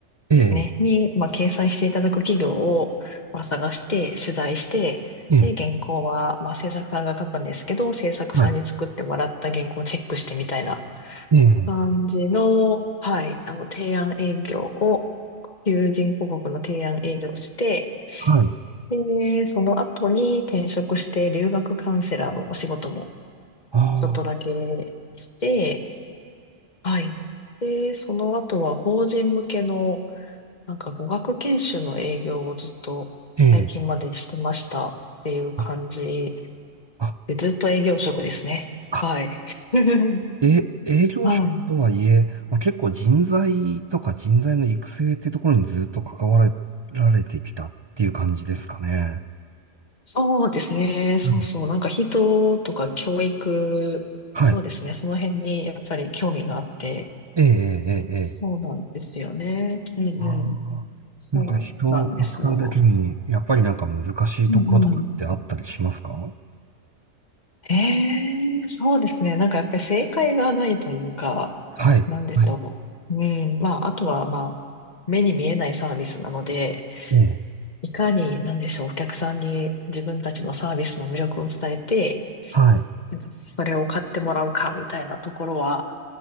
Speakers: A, on the right (about 40°); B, on the left (about 35°).
A: ええ、
B: ですね。に、まあ、掲載していただく企業を、まあ、探して、取材して、
A: ええ、
B: で、原稿は、まあ、制作さんが書くんですけど、制作さんに作ってもらった原稿をチェックしてみたいな
A: はい。ええ、
B: 感じの、はい、あの、提案営業を、求人広告の提案営業をして、
A: はい。
B: で、その後に転職して留学カウンセラーのお仕事も
A: ああ、
B: ちょっとだけして、はい。で、その後は法人向けのなんか語学研修の営業をずっと最近までしてましたっていう感じ
A: ええ、あ、あ、
B: で、ずっと営業職ですね。
A: あ、
B: はい。<laughs>
A: え、営業職とはいえ、
B: はい。
A: まあ、結構人材とか人材の育成ってところにずっと関わられてきたっていう感じですかね。
B: そうですね。そうそう。
A: うん。
B: なんか人とか教育、
A: はい。
B: そうですね。その辺にやっぱり興味があって、
A: ええ、ええ、ええ。ええ
B: そうなんですよね。うんうん。
A: ああ、
B: そうなんですよ。
A: なんか人を扱うだけに、やっぱりなんか難しいところとかってあったりしますか
B: うんうん。ええそうですね。なんかやっぱり正解がないというか、
A: はい。
B: なんでしょう。
A: はい。
B: うん。まあ、あとは、まあ、目に見えないサービスなので、
A: うん。
B: いかに、なんでしょう、お客さんに自分たちのサービスの魅力を伝えて、
A: はい。
B: なんかそれを買ってもらうかみたいなところは、